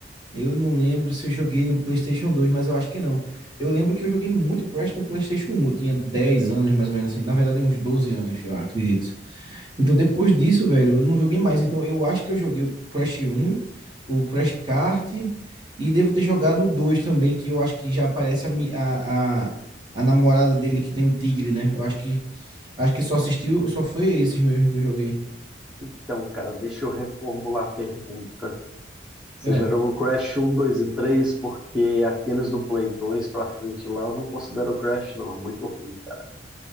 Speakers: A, on the right; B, in the centre.
A: eu não lembro se eu joguei no PlayStation dois mas eu acho que não. Eu lembro que eu joguei muito Crash no PlayStation um Eu tinha 10 anos, mais ou menos assim. Na verdade, uns 12 anos, eu acredito. Então, depois disso, velho, eu não joguei mais. Então, eu acho que eu joguei o Crash 1, o Crash Kart, e devo ter jogado o 2 também, que eu acho que já aparece a, mi- a, a, a namorada dele que tem um tigre, né? Eu acho que acho que só assistiu, só foi esses mesmo que eu joguei.
B: Então, cara, deixa eu reformular a pergunta. Você
A: Ah.
B: já jogou Crash um, 2 e 3? Porque aqueles do Play 2 pra frente lá eu não considero Crash, não. É muito ruim, cara.